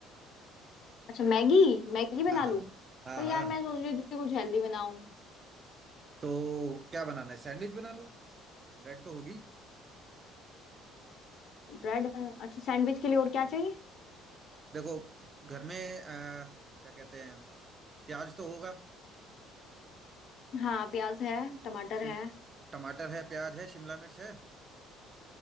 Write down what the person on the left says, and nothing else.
अच्छा मैगी मैगी बना
लूं
पर यार
मैं सोच रही थी कुछ हेल्दी बनाऊं
ब्रेड अच्छा सैंडविच के लिए और क्या चाहिए
हाँ प्याज है टमाटर
है